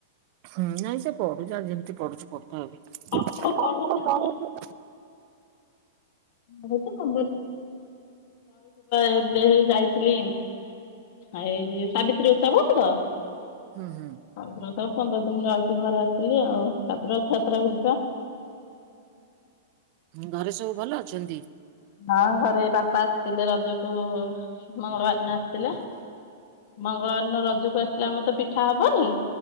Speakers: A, on the right; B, on the left.
A: ହୁଁ ନାଇଁ ସେ ପଢୁଛି ଆଉ ଯେମିତି ପଢୁଛି ପଢୁଥାଉ ଏବେ।
B: ପାଠଟା
A: ପାପ
B: ପଢୁଛି
A: କଣ।
B: ଘରୁକୁ ପା ଏବେ ହେଇ ଯାଇଥିଲି ଏଇ ସାବିତ୍ରୀ ଉତ୍ସବ ତ।
A: ହୁଁ ହୁଁ।
B: ଆଉ ସବ ପନ୍ଦର ଦିନ ର ଘରା ଆସିଲି ଆଉ ତାପରେ ରଥଯାତ୍ରାକୁ ଯିବା।
A: ଘରେ ସବୁ ଭଲ ଅଛନ୍ତି।
B: ହଁ ଘରେ ବାପା ଆସିଥିଲେ ରଜକୁ। ମଙ୍ଗଳବାର ଦିନ ଆସିଥିଲେ ମଙ୍ଗଳବାର ଦିନ ରଜକୁ ଆସି ହେଲେ ଆମ ତ ପିଠା ହବନି।